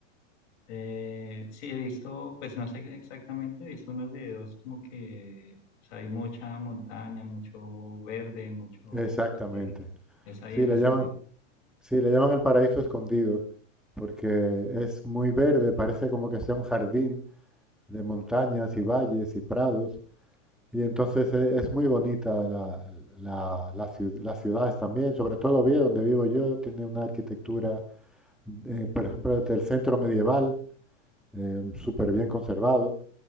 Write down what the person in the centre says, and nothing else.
Exactamente.
Sí,
le
llaman, sí, le llaman el paraíso escondido, porque es muy verde, parece como que sea un jardín de montañas y valles y prados. Y entonces e- es muy bonita la, la- la ciu- las ciudades también, sobre todo Oviedo, donde vivo yo, tiene una arquitectura, eh, por ejemplo, desde el centro medieval, eh, súper bien conservado.